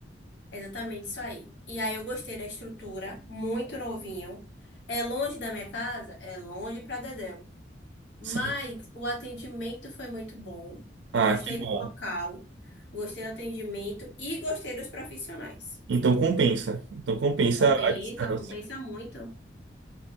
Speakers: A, on the left (about 75°); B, on the right (about 70°).
A: É exatamente isso aí. E aí eu gostei da estrutura, muito novinho. É longe da minha casa, é longe para Dedéu. Mas
B: Sim.
A: o atendimento foi muito bom.
B: Ah,
A: Gostei
B: que bom.
A: do local, gostei do atendimento e gostei dos profissionais.
B: Então compensa. Então compensa
A: Compensa,
B: a distância.
A: compensa muito.